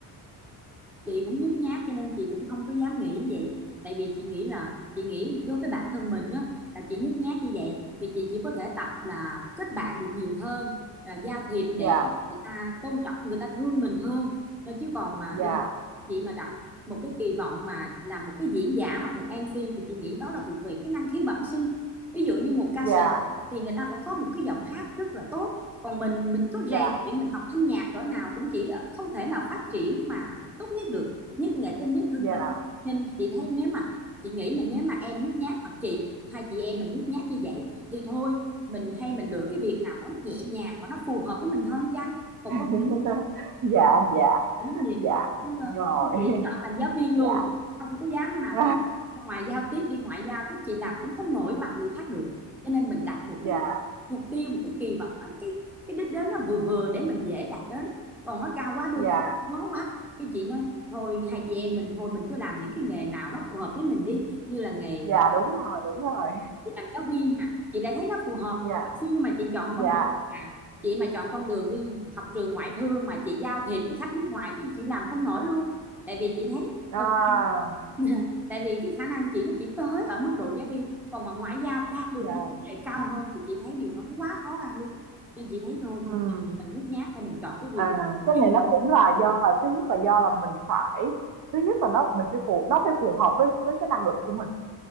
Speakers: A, in the centre; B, on the right.
A: chị cũng nhút nhát cho nên chị cũng không có dám nghĩ như vậy tại vì chị nghĩ là chị nghĩ đối với bản thân mình á là chị nhút nhát như vậy thì chị chỉ có thể tập là kết bạn được nhiều hơn à, giao thiệp
B: dạ
A: để người ta tôn trọng người ta thương mình hơn Nên chứ còn mà
B: dạ
A: bây giờ chị mà đặt một cái kỳ vọng mà làm một cái diễn giả hoặc một MC thì chị nghĩ đó là thuộc về cái năng khiếu bẩm sinh ví dụ như một ca
B: dạ
A: sĩ thì người ta phải có một cái giọng hát rất là tốt còn mình mình cứ rèn
B: dạ
A: luyện mình học thanh nhạc cỡ nào cũng chỉ ở- không thể nào phát triển mà tốt nhất được nhất nghệ tinh nhất hương
B: dạ
A: vinh nên chị thấy nếu mà chị nghĩ là nếu mà em nhút nhát hoặc chị hai chị em mình nhút nhát như vậy thì thôi mình hay mình lựa cái việc nào nó nhẹ nhàng mà nó phù hợp với mình hơn chăng còn
B: <laughs>
A: có
B: dạ dạ
A: cũng thì
B: dạ
A: nhưng mà
B: rồi
A: chị
B: <laughs>
A: chọn làm giáo viên
B: dạ
A: luôn không có dám mà
B: <laughs>
A: tiếp ngoài giao tiếp đi ngoại giao cái chị làm cũng không nổi bằng người khác được cho nên mình đặt một
B: dạ
A: cái mục tiêu một cái kỳ vọng nó- cái cái đích đến nó vừa vừa để mình dễ đạt đến còn nó cao quá đôi
B: dạ
A: khi nó quá cái chị nói thôi hai chị em mình thôi mình cứ làm những cái nghề nào nó phù hợp với mình đi như là nghề
B: dạ đúng rồi đúng rồi
A: chị làm giáo viên à chị lại thấy nó phù hợp Hồi
B: dạ
A: xưa mà chị chọn
B: dạ
A: con đường à chị mà chọn con đường đi học trường ngoại thương mà chị giao thiệp với khách nước ngoài chứ chị làm không nổi luôn tại vì chị thấy
B: à
A: thực <laughs> tại vì cái khả năng chị nó chỉ tới ở mức độ giáo viên còn mà ngoại giao đạt được
B: dạ
A: những vấn đề cao hơn thì chị thấy điều đó nó quá khó khăn luôn nên chị thấy thôi
B: ừ
A: mình nhút nhát thôi mình chọn cái việc
B: À,
A: này
B: cái
A: Chừng-
B: này nó cũng là do là thứ nhất là do là mình phải thứ nhất là nó mình phải phù nó phải phù hợp với với cái năng lực của mình